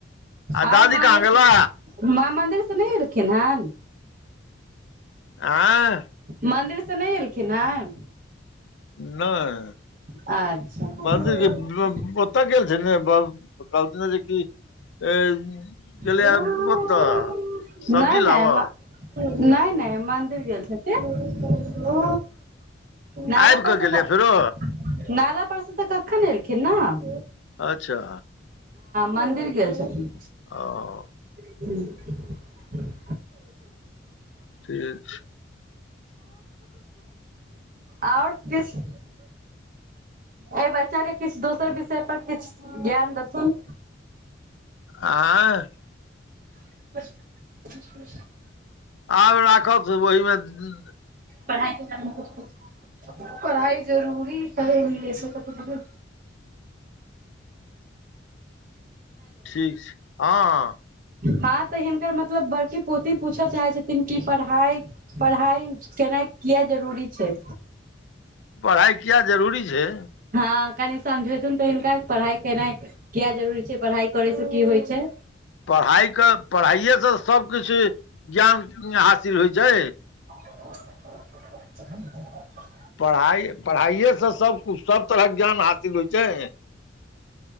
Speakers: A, on the left; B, on the right.
A: आ
B: और
A: दादी
B: मां
A: कहाँ गेला
B: मन्दिर से नहि एलखिन हैन
A: आय
B: मन्दिरसँ नहि एलखिन हन
A: नहि
B: अच्छा
A: <unintelligible> कतऽ गेल छै बाब कलत ने जेकी अ गेलैये
B: नहि
A: ओतऽ सब्जी
B: नहि
A: लाबअ
B: नहि नहि मन्दिर गेल छथिन ओ नाला
A: आबि कऽ
B: पर
A: गेलियै
B: न
A: फेरो
B: उतस तऽ कखन एलखिन न
A: अच्छा
B: मंन्दिर गेल छथिन
A: ओ
B: हूं
A: ठीक छै
B: आओर किछु एहि बच्चाके किछु दोसर विषय पर किछु ज्ञान देथुन
A: आँय
B: <inaudible>
A: आब राखल छैइ ओहि मे ज् ज्
B: पढ़ाई के बारे में कुछ-कुछ पढ़ाई जरूरी के न ल
A: ठीक छैइ हँ
B: हां तऽ हिनकर मतलब बड़की पोती पूछय चाहै छथिन कि पढ़ाई पढ़ाई केनाइ किया जरूरी छैय
A: पढ़ाइ किया जरूरी छै
B: ह कनि समझेथुन तऽ हिनका पढ़ाई केनाइ किया जरूरी छै पढ़ाइ करय से की होइ छै
A: पढ़ाई के पढ़ाइएसँ सभकिछु ज्ञान हासिल होइ छै
B: <inaudible>
A: पढ़ाई पढ़ाइएसँ सबकुछ सब तरहक ज्ञान हासिल होइ छैय